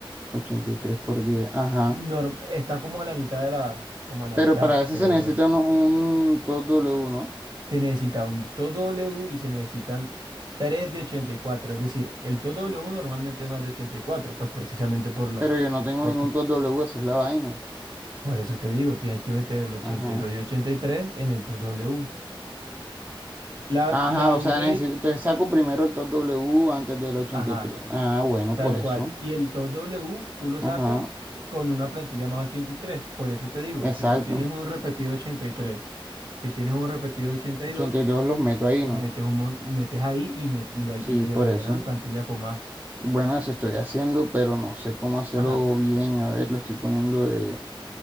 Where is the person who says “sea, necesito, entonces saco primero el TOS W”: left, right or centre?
Right